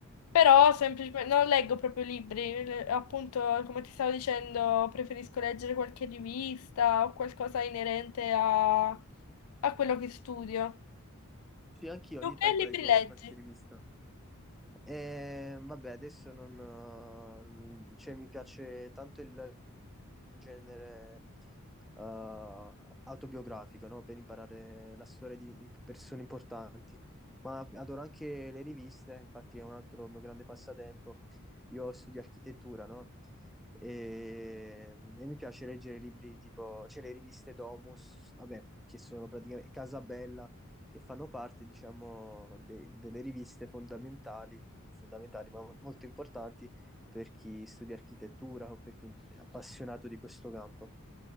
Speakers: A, on the left; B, in the centre.
A: Però semplicemente non leggo proprio libri, le- appunto, come ti stavo dicendo, preferisco leggere qualche rivista o qualcosa inerente a, a quello che studio.
B: Sì, anch'io ogni
A: Tu che
B: tanto
A: libri
B: leggo
A: leggi?
B: qualche rivista. E, vabbè, adesso non... eh, cioè, mi piace tanto il genere eh, autobiografico, no? Per imparare la storia di imp- persone importanti. Ma adoro anche le riviste, infatti è un altro mio grande passatempo. Io studio architettura, no? E, e mi piace leggere libri tipo, cioè le riviste Domus, vabbè, che sono praticamente Casabella che fanno parte, diciamo, de- delle riviste fondamentali, non fondamentali, ma molto importanti per chi studia architettura o per chi è appassionato di questo campo.